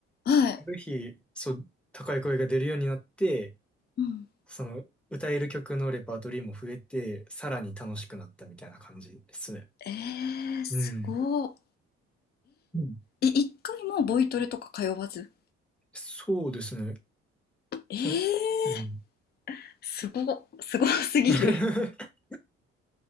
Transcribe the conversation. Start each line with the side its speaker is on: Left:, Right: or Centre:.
Left: はい。
Centre: ある日、そう、高い声が出るようになって、
Left: うん。
Centre: その、歌える曲のレパートリーも増えて、さらに楽しくなったみたいな感じですね。
Left: えー、すご
Centre: うん。うん
Left: い。い、一回もボイトレとか通わず。
Centre: そうですね。
Left: えー、
Centre: その、うん。
Left: すご、すごすぎる。
Centre: <laughs>